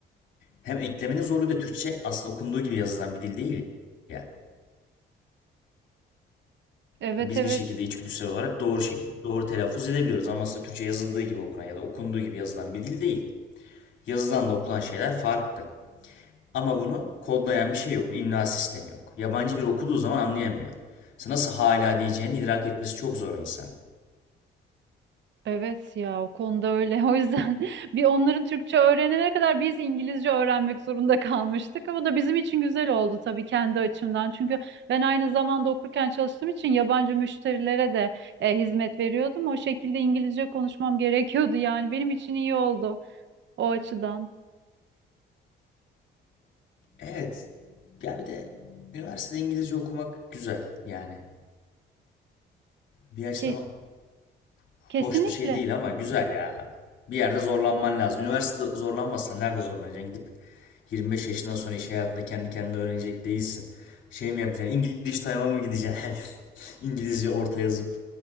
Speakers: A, on the left; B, on the right.
A: Hem eklemenin zorluğu bir de Türkçe aslında okunduğu gibi yazılan bir dil değil ya.
B: Evet
A: Ha, Biz
B: evet.
A: bir şekilde içgüdüsel olarak doğru şekilde doğru telaffuz edebiliyoruz ama aslında Türkçe yazıldığı gibi okunan ya da okunduğu gibi yazılan bir dil değil. Yazılanla okunan şeyler farklı. Ama bunu kodlayan bir şey yok, bir imla sistemi yok. Yabancı biri okuduğu zaman anlayamıyor. Mesela nasıl hala diyeceğini idrak etmesi çok zor o insanın.
B: Evet ya o konuda öyle. <laughs> O yüzden bir onların Türkçe öğrenene kadar biz İngilizce öğrenmek zorunda kalmıştık. Ama da bizim için güzel oldu tabii kendi açımdan. Çünkü ben aynı zamanda okurken çalıştığım için yabancı müşterilere de e, hizmet veriyordum. O şekilde İngilizce konuşmam gerekiyordu yani. Benim için iyi oldu o açıdan.
A: Evet. Ya bir de üniversitede İngilizce okumak güzel yani. Bir açıdan
B: Ke-
A: Hoş
B: kesinlikle.
A: bir şey değil ama güzel ya. Bir yerde zorlanman lazım. Üniversite zorlanmazsan nerede zorlanacaksın? Gidip 25 yaşından sonra iş hayatında kendi kendine öğrenecek değilsin. Şey mi yapacaksın? İngiliz time'a mı gideceksin her yıl? <laughs> İngilizce orta yazıp.